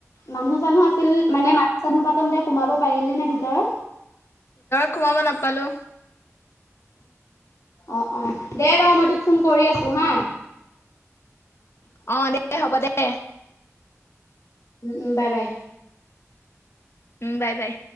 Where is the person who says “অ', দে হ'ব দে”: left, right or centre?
Left